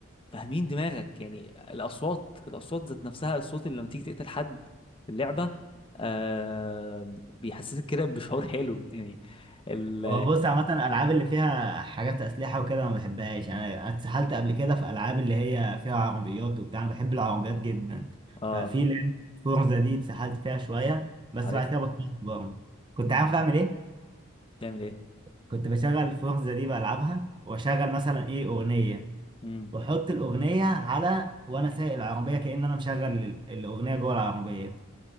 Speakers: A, on the left; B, on the right.
A: فاهمين دماغك يعني الاصوات الاصوات ذات نفسها الصوت اللي لما تيجي تقتل حد في اللعبه آه بيحسسك كده بشعور حلو يعني ال
B: بص عامة الألعاب اللي فيها حاجات أسلحة وكده ما بحبهاش أنا اتسحلت قبل كده في ألعاب اللي هي فيها عربيات وبتاع أنا بحب العربيات جدا
A: اه
B: ففي لعبة فورزا دي اتسحلت فيها شوية بس
A: عارفها
B: بعد كده بطلت برضه كنت
A: امم
B: عارف أعمل إيه؟
A: بتعمل ايه
B: كنت بشغل فورزا دي بلعبها وأشغل مثلا إيه أغنية
A: امم
B: وأحط الأغنية على وأنا سايق العربية كأن أنا مشغل ال- الأغنية جوه العربية